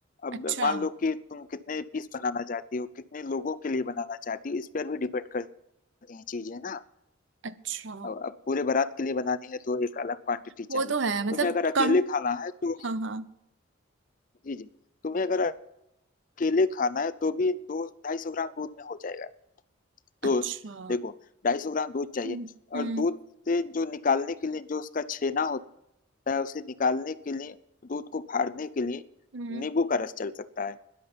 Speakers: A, on the left (about 40°); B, on the right (about 65°).
A: अब
B: अच्छा
A: मान लो कि तुम कितने पीस बनाना चाहती हो कितने लोगों के लिए बनाना चाहती हो इस पर भी डिपेंड करती हैं चीजें ना
B: अच्छा
A: अब अब पूरे बारात के लिए बनानी है तो एक अलग क्वांटिटी चाहिए
B: वो तो है मतलब
A: तुम्हें अगर अकेले
B: कम
A: खाना है तो
B: हाँ हाँ
A: जी जी तुम्हें अगर अकेले खाना है तो भी दो ढाई सौ ग्राम दूध में हो जाएगा दूध
B: अच्छा
A: देखो ढाई सौ ग्राम दूध चाहिए
B: हम्म हम्म
A: और दूध से जो निकालने के लिए जो उसका छेना होता है उसे निकालने के लिए दूध को फाड़ने के लिए
B: हम्म।
A: नींबू का रस चल सकता है